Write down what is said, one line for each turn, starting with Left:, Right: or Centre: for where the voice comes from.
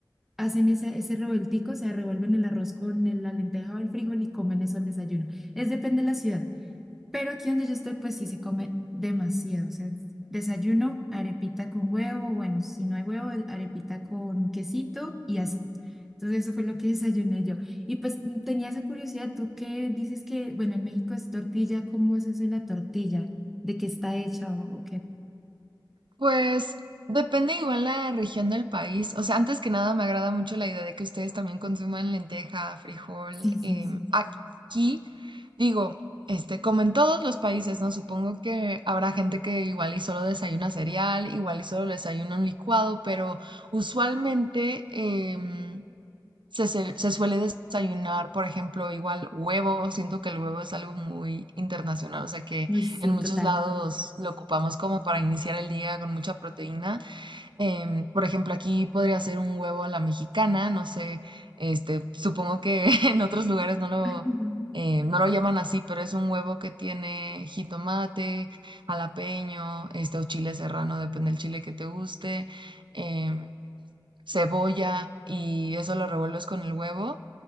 Centre: hacen ese, ese revueltico, o sea, revuelven el arroz con el- la lenteja o el frijol y comen eso al desayuno. Es depende de la ciudad. Pero aquí donde yo estoy, pues sí se come demasiado. O sea, desayuno, arepita con huevo, bueno, si no hay huevo, arepita con quesito y así. Entonces eso fue lo que <laughs> desayuné yo. Y pues mm, tenía esa curiosidad, tú que dices que, bueno, en México es tortilla, ¿cómo es eso de la tortilla? ¿De qué está hecha o, o qué?
Right: Pues depende igual la región del país. O sea, antes que nada me agrada mucho la idea de que ustedes también consuman lenteja, frijol.
Centre: Sí, sí,
Right: em,
Centre: sí.
Right: aquí, digo, este, como en todos los países, ¿no? Supongo que habrá gente que igual y solo desayuna cereal, igual y solo desayuna un licuado, pero usualmente, em, se, se- se suele desayunar, por ejemplo, igual huevo. Siento que el huevo es algo muy internacional, o sea que
Centre: Uy, sí,
Right: en muchos
Centre: total.
Right: lados lo ocupamos como para iniciar el día con mucha proteína. Em, por ejemplo, aquí podría ser un huevo a la mexicana, no sé, este, supongo que <laughs> en otros lugares no lo,
Centre: <laughs>
Right: eh, no lo llaman así, pero es un huevo que tiene jitomate, jalapeño, este, o chile serrano, depende del chile que te guste. em, cebolla y eso lo revuelves con el huevo